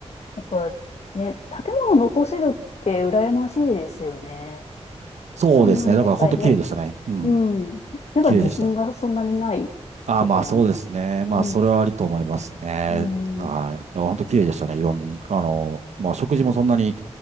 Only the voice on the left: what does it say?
やっぱね、建物残せるって羨ましいですよね。
そんなにやっぱりね、
うん。やっぱ自信がそんなにないとこなんですね。
うん。
うん。